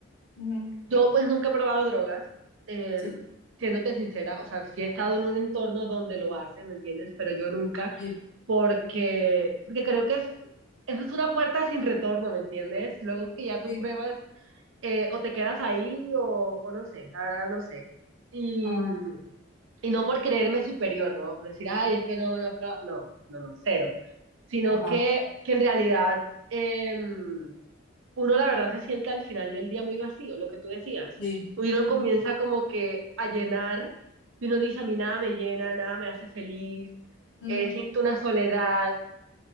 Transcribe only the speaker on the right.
Yo pues nunca he probado drogas, eh,
siéndote sincera, o sea, sí he estado en un entorno donde lo hacen, ¿me entiendes? Pero yo nunca,
porque, porque creo que es, eso es una puerta sin retorno, ¿me entiendes? Luego que ya tú
pruebas eh, o te quedas ahí o, o no sé, la verdad no sé. Y,
mm, y no por creerme superior, ¿no? Por decir, ay, es que no, no, pero no, no, no, cero. Sino
que, que en realidad em, uno la verdad se siente al final del día muy vacío, lo que tú decías.
Uno
comienza como que a llenar y uno dice, a mí nada me llena, nada me hace feliz,
eh, siento una soledad